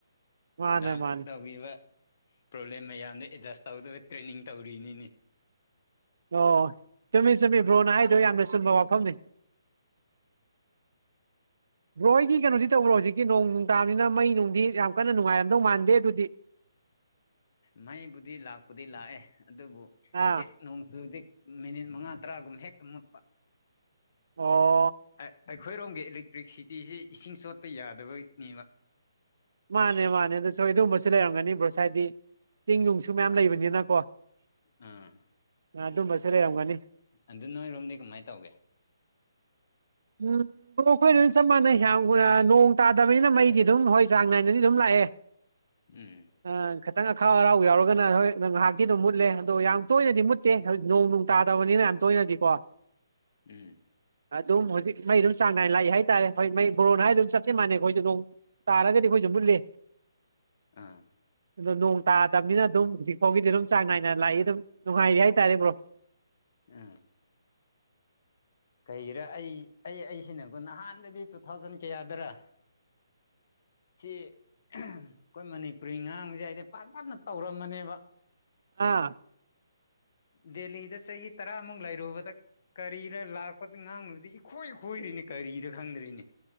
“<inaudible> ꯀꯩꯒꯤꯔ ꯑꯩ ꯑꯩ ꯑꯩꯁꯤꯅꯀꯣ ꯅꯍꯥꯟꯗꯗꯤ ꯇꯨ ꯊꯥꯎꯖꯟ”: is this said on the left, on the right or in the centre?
Left